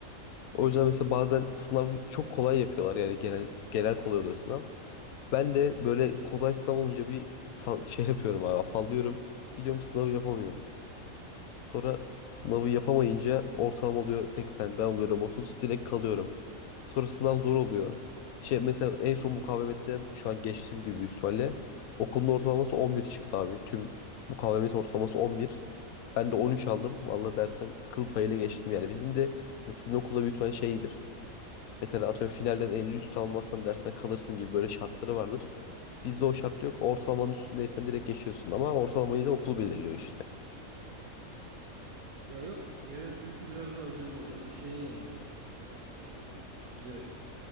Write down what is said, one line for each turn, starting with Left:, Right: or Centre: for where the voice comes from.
Left: O yüzden mesela bazen sınavı çok kolay yapıyorlar. Yani genel genel kolay oluyor sınav. Ben de böyle kolay sınav olunca bir sal- şey yapıyorum abi afallıyorum. Gidiyorum sınavı yapamıyorum. Sonra sınavı yapamayınca ortalama oluyor 80, ben oluyorum 30, direkt kalıyorum. Sonra sınav zor oluyor. Şey mesela en son mukavemetten şu an geçtiğim gibi büyük ihtimalle okulun ortalaması 11 çıktı abi. Tüm mukavemet ortalaması 11. Ben de 13 aldım. Valla dersen kıl payıyla geçtim yani. Bizim de mesela sizin okulda büyük ihtimalle şeydir. Mesela atıyorum finalden 50 üstü almazsan dersen kalırsın gibi böyle şartları vardır. Bizde o şart yok. Ortalamanın üstündeysen direkt geçiyorsun ama ortalamayı da okul belirliyor işte.
Right: Ya yok. Gene sizinki biraz da acım şey yani. Ee, size